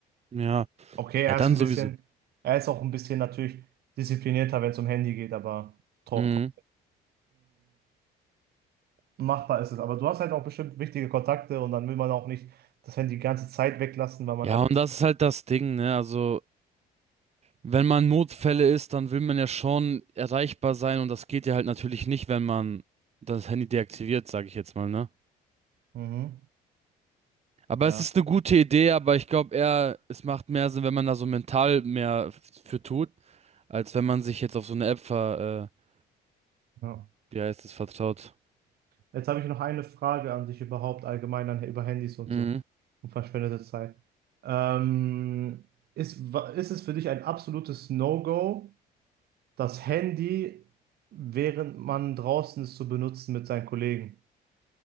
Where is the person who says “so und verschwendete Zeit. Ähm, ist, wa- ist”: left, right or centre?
Right